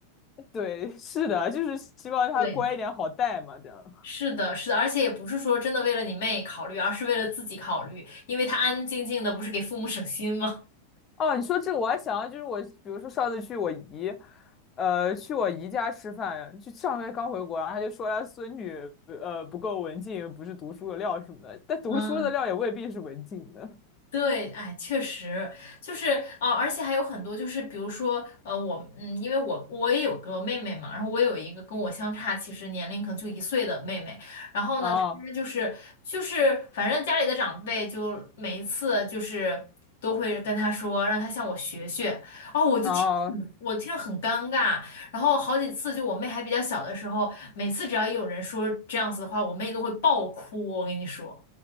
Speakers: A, on the left (about 25°); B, on the left (about 55°).
A: 对，是的，就是希望她乖一点好带嘛，
B: 对，
A: 这样。
B: 是的，是的，而且也不是说真的为了你妹考虑，而是为了自己考虑，因为他安安静静的，不是给父母省心吗？
A: 哦，你说这个我还想到，就是我，比如说上次去我姨，呃，去我姨家吃饭，就上个月刚回国，然后她就说她孙女，呃，不够文静，不是读书的料什么的，但读书的料也未必是文静的。
B: 嗯。对，哎，确实就是啊、呃而且还有很多，就是比如说，呃，我，嗯，因为我我也有个妹妹嘛，然后我有一个跟我相差其实年龄可能就一岁的妹妹，然后呢，
A: 哦
B: 她就是就是反正家里的长辈就每一次就是都会跟她说让她向我学学，哦，我就听着很我听着很尴尬，
A: 哦，
B: 然后好几次就我妹还比较小的时候，每次只要有人说这样子的话，我妹都会爆哭，我跟你说。